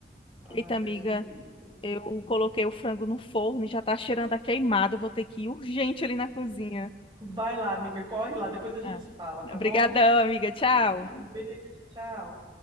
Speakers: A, on the left; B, on the right.
A: Eita,
B: Ai,
A: amiga,
B: Deus que me livre.
A: eu coloquei o frango no forno e já tá cheirando a queimado. Eu vou ter que ir urgente ali na cozinha.
B: Vai lá, amiga, corre lá, depois a gente
A: Ah.
B: se fala, tá
A: Obrigadão,
B: bom?
A: amiga. Tchau.
B: <laughs> Um beijo, tchau.